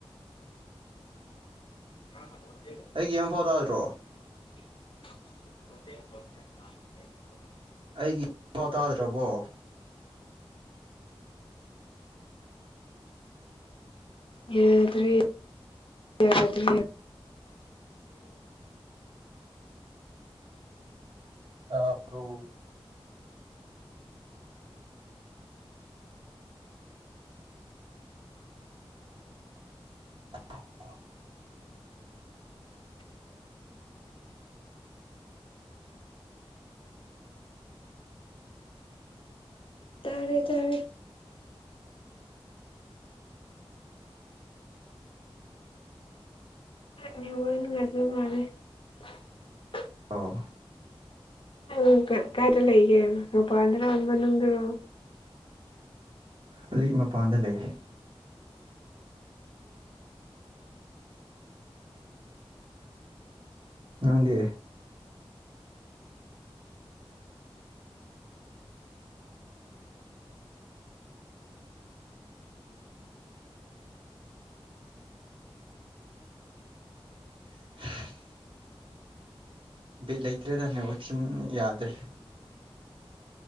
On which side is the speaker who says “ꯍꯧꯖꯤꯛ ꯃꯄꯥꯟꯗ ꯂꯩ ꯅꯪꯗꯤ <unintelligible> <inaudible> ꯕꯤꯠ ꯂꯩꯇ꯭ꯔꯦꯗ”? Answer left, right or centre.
Right